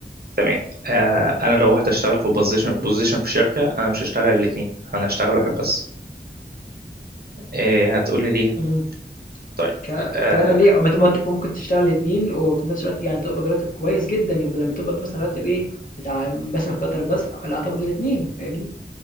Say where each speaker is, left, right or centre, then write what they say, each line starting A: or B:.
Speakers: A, on the right; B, on the left.
A: تمام آه انا لو رحت اشتغل في بوزيشن بوزيشن في شركه انا مش هشتغل الاثنين انا هشتغل واحد بس آه هتقول لي ليه
B: إمم.
A: طيب
B: ف
A: آه،
B: فعلًا ليه ما أنت ما أنت ممكن تشتغل الاتنين وفي نفس الوقت يعني تقبض راتب كويس جدًا، يبقى لمّا تقبض مثلًا راتب إيه، بتاع مثلًا فترة بس لأ تقبض الاتنين فاهمني؟